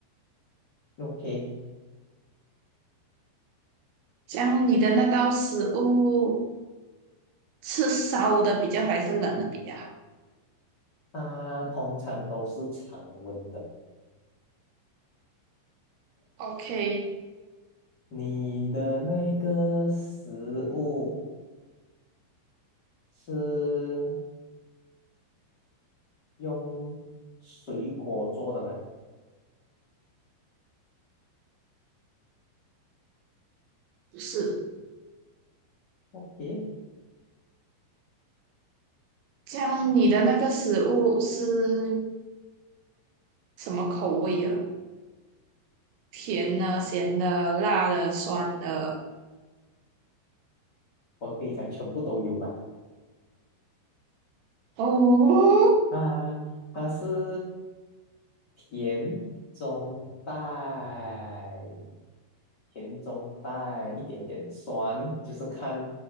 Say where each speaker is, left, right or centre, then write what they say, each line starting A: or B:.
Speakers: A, on the left; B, on the right.
A: OK，
B: 这样你的那道食物是烧的比较好，还是冷的比较好
A: 它通常都是常温的。
B: ？OK，
A: 你的那个食物是用水果做的吗
B: 不是，
A: ？OK，
B: 这样你的那个食物是什么口味啊？甜的、咸的、辣的、酸的，
A: 我可以讲全部都有吧。
B: 哦，
A: 啊，它是。甜中带，甜中带一点点酸，就是看